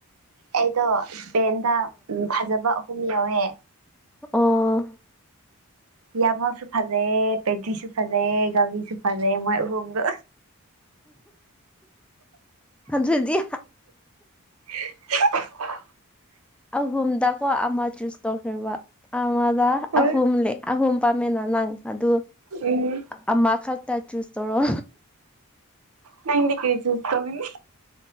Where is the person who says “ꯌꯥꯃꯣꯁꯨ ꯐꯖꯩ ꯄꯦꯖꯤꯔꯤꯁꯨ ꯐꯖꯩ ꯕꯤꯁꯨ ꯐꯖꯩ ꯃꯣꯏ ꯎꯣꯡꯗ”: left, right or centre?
Right